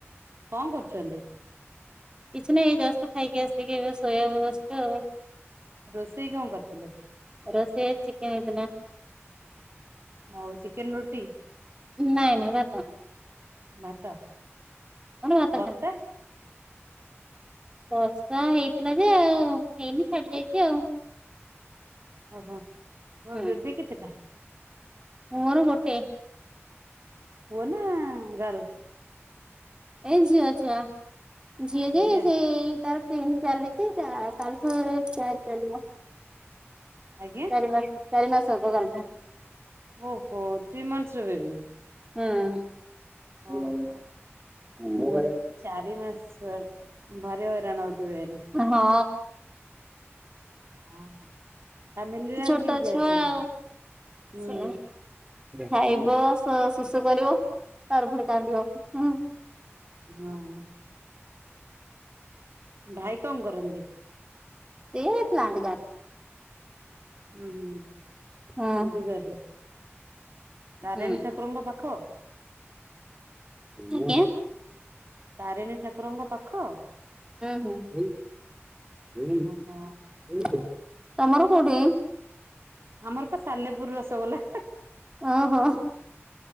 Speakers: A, on the right; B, on the right.
A: କଣ କରୁଛନ୍ତି?
B: କିଛି ନାହିଁ ଏଇ ଜଷ୍ଟ ଖାଇକି ଆସିକି ଏବେ ଶୋୟାକୁ ବସଛି ଆଉ
A: ରୋଷେଇ କଣ କରିଥିଲେ?
B: ରୋଷେଇ ଚିକେନ ହେଇଥିଲା।
A: <inaudible> ହଉ ଚିକେନ ରୁଟି,
B: ନାଇଁ ନାଇଁ ଭାତ
A: ଭାତ।
B: ଆମର ଭାତ
A: ବର୍ଷା
B: ଖାଆନ୍ତି। ବର୍ଷା ହେଇଥିଲା ଯେ ଆଉ ହେଇକି ଛାଡି ଯାଇଛି ଆଉ।
A: ଓହୋ ଆଉ
B: ହୁଁ।
A: ବେବି କେତେଟା?
B: ମୋର ଗୋଟେ।
A: ପୁଅ ନା ଗାରୁ।
B: ଏଇ ଝିଅ ଛୁଆ ଝିଅଯେ
A: ଝିଅ
B: ସେଇ ତାର ତିନି ଚାଲିଛି ତା ତାକୁ ଚାରି ଚାଲିବ।
A: ଆଜ୍ଞା
B: ଚାରି ମାସ୍ ଚାରି ମାସ ହେବ ଗଲା।
A: ଓହୋ ଥ୍ରୀ ମନ୍ଥସର ବେବି?
B: ହଁ, <unintelligible>
A: ଓହୋ।
B: ହୁଁ।
A: ଚାରି ମାସ ଭାରି ହଇରାଣ ହଉଥିବେ ଏଇନେ।
B: ହଁ।
A: ହଁ ଫ୍ୟାମିଲିରେ
B: ଛୋଟ
A: ଆଉ କିଏ କିଏ
B: ଛୁଆ
A: ଅଛନ୍ତି,
B: ଆଉ
A: ହୁଁ।
B: ସେ ଖାଇବ ସୋ ଶୁଶୁ କରିବ ତାପରେ କାନ୍ଦିବ।
A: ହଁ। ଭାଇ କଣ କରନ୍ତି?
B: ସିଏ ପ୍ଲାଟ ଗା।
A: ହୁଁ ହୁଁ
B: ଯାଆନ୍ତି
A: କେନ୍ଦୁଝରରେ, ତାରିଣୀ
B: ହୁଁ
A: ଠାକୁରଙ୍କ ପାଖ?
B: ଆଜ୍ଞା?
A: ତାରିଣୀ ଠାକୁରଙ୍କ ପାଖ?
B: ହୁଁ ହୁଁ,
A: ଓହୋ
B: <unintelligible> ତମର କୋଉଠି?
A: ଆମରପା ସାଲେପୁର ରସଗୋଲା।
B: ଅହଁ।